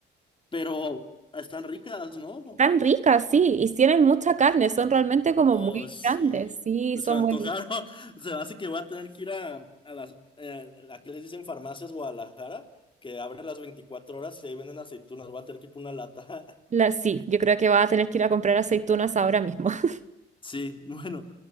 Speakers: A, on the left; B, on the right.
A: Pero están ricas, ¿no?
B: Tan ricas, sí, y tienen mucha carne, son realmente como
A: Oh,
B: muy
A: sí.
B: grandes, sí,
A: Se
B: son
A: me antojaron.
B: muy...
A: <laughs> Se me hace que voy a tener que ir a, a las, eh, a que les dicen farmacias Guadalajara, que abre las 24 horas y ahí venden aceitunas. Voy a tener que ir por una lata. <laughs>
B: Las, sí, yo creo que vas a tener que ir a comprar aceitunas ahora mismo. <laughs>
A: Sí, bueno,